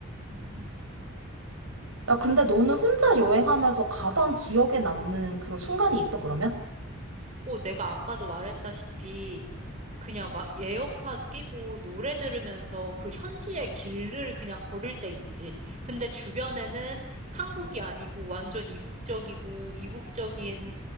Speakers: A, on the right; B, on the right.
A: 음.
B: 야, 근데 너는 혼자 여행하면서 가장 기억에 남는 그런 순간이 있어, 그러면?
A: 오, 내가 아까도 말했다시피 그냥 막 에어팟 끼고 노래 들으면서 그 현지의 길을 그냥 걸을 때 있지. 근데 주변에는 한국이 아니고 완전 이국적이고 이국적인